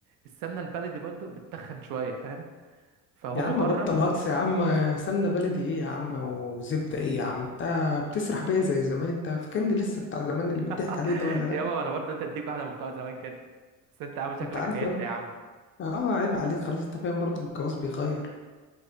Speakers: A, on the right; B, on the left.
A: السمنه البلدي برضو بتتخن شويه فاهم فهم
B: يا عم
A: بره
B: بطل هكس يا عم سمنة بلدي ايه يا عم وزبدة ايه يا عم انت بتسرح بيا زي زمان انت فاكرني لسه بتاع زمان اللي بيضحك
A: <laughs>
B: عليه ده ولا لا
A: يابا وانا برضو قلت اديك واحده من بتوع زمان كده بس انت عامل شكلك
B: انت عارف
A: عيلت
B: لو
A: يا عم
B: اه عيب عليك خلاص انت فاهم برضه الجواز بيغير